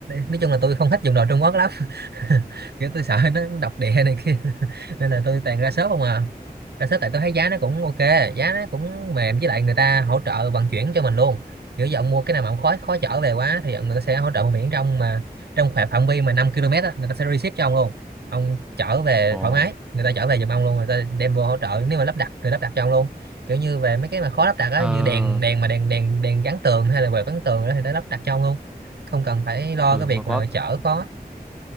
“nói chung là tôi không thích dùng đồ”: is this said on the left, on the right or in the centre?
Right